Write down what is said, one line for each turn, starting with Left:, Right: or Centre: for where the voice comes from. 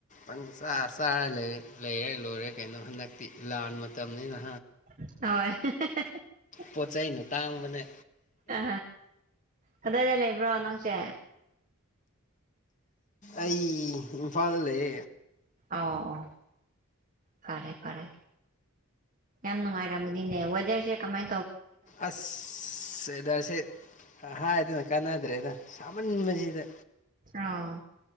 Left: ꯄꯪꯆꯥ ꯆꯥꯔ ꯂꯩꯔꯦ ꯂꯣꯏꯔꯦ ꯀꯩꯅꯣ ꯍꯟꯗꯛꯇꯤ ꯂꯥꯟ ꯃꯇꯝꯅꯤꯅ
Right: ꯍ
Left: ꯄꯣꯠ ꯆꯩꯩꯅ ꯇꯥꯡꯝꯕꯅꯦ
Right: ꯑ ꯀꯗꯥꯏꯗ ꯂꯩꯕ꯭ꯔꯣ ꯅꯪꯁꯦ
Left: ꯑꯩ ꯏꯝꯐꯥꯜꯗ ꯂꯩ
Right: ꯑ ꯑ ꯈꯔꯦ ꯐꯔꯦ ꯌꯥꯝ ꯅꯨꯡꯉꯥꯏꯔ ꯃꯨꯗꯤꯅꯦꯦꯁꯤꯦ ꯀꯃꯥꯏ
Left: ꯑꯁ ꯍꯥ ꯍꯥꯏꯗꯤ ꯀꯥꯟꯅꯗ꯭ꯔꯦꯗ ꯁꯥꯃꯟꯕꯁꯤꯗ
Right: ꯑꯥ